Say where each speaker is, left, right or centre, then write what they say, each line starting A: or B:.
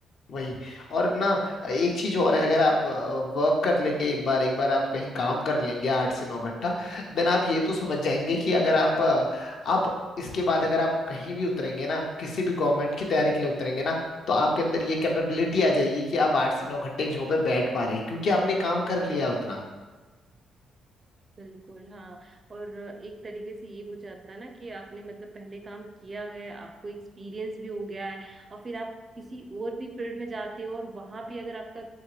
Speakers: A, on the left; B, on the right.
A: वही और ना एक चीज और है अगर आप वर्क कर लेंगे एक बार एक बार आप कहीं काम कर लेंगे आठ से नौ घंटा देन आप ये तो समझ जाएंगे कि अगर आप अ, अब इसके बाद अगर आप कहीं भी उतरेंगे ना किसी भी गवर्नमेंट की तैयारी के लिए उतरेंगे ना तो आपके अंदर ये कैपेबिलिटी आ जाएगी कि आप आठ से नौ घंटे एक जगह पे बैठ पा रहे हैं क्योंकि आपने काम कर लिया उतना
B: बिल्कुल हाँ और एक तरीके से ये हो जाता है ना कि आपने मतलब पहले काम किया है आपको एक्सपीरियंस भी हो गया है और फिर आप किसी और भी फील्ड में जाते हो और वहां भी अगर आपका